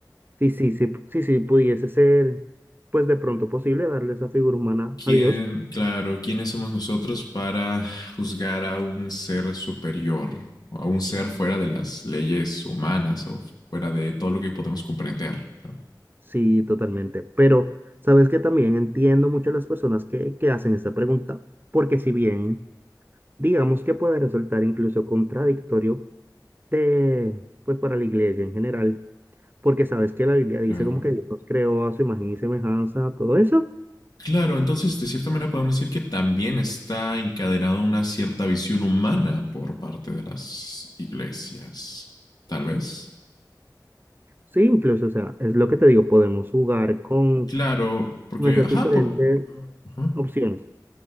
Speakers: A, on the right; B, on the left.
A: Sí, sí, sí, pu- sí, sí, pudiese ser, pues de pronto posible darle esa figura humana
B: ¿Quién,
A: a Dios,
B: claro, quiénes somos nosotros para juzgar a un ser superior, o a un ser fuera de las leyes humanas o fuera de todo lo que podemos comprender? ¿no?
A: sí, totalmente. Pero, ¿sabes que También entiendo mucho a las personas que, que hacen esta pregunta, porque si bien, digamos que puede resultar incluso contradictorio de, pues para la iglesia en general, porque sabes que la Biblia dice
B: Claro.
A: como que Dios nos creó a su imagen y semejanza, todo eso.
B: Claro, entonces de cierta manera podemos decir que también está encadenada una cierta visión humana por parte de las iglesias, tal vez.
A: Sí, incluso, o sea, es lo que te digo, podemos jugar con,
B: Claro, porque,
A: con esas
B: ajá,
A: diferentes
B: por, ajá.
A: opciones.